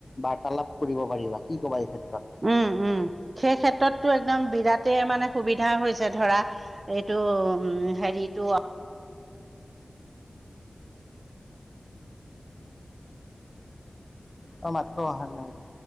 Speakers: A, on the left (about 35°); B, on the right (about 50°).
A: বাৰ্তালাপ কৰিব পাৰিবা। কি কবা এই ক্ষেত্ৰত?
B: উম, উম, সেই ক্ষেত্ৰতটো একদম বিৰাটে মানে সুবিধা হৈছে ধৰা এইটো উম হেৰিটো
A: অ' মাতটো অহা নাই।